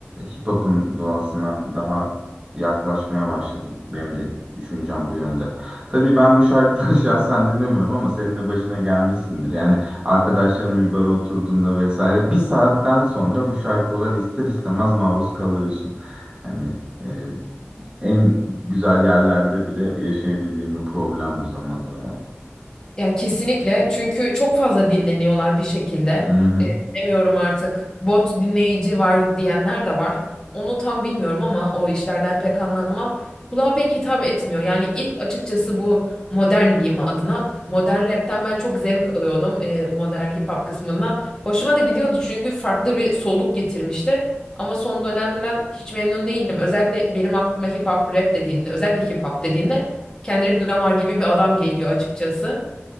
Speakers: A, on the right; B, on the left.
A: hip hop'un doğasına daha yaklaşmaya başladı. Benim de düşüncem bu yönde. Tabii ben bu şarkıları <laughs> şahsen dinlemiyorum ama senin de başına gelmişsindir. Yani arkadaşlarının bir bara oturduğunda vesaire bir saatten sonra bu şarkılara ister istemez maruz kalıyorsun. Yani e, en güzel yerlerde bile yaşayabildiğim bir problem bu zaman zaman.
B: Yani kesinlikle çünkü çok fazla dinleniyorlar bir şekilde.
A: Hı hı,
B: E, bilemiyorum artık bot dinleyici var diyenler de var. Onu tam bilmiyorum ama o işlerden pek anlamam. Kulağa pek hitap etmiyor. Yani ilk açıkçası bu modern diyeyim adına. Modern rapten ben çok zevk alıyordum e, modern hip hop kısmından. Hoşuma da gidiyordu çünkü farklı bir soluk getirmişti. Ama son dönemden hiç memnun değilim. Özellikle benim aklıma hip hop rap dediğinde, özellikle hip hop dediğinde Kendrick Lamar gibi bir adam geliyor açıkçası.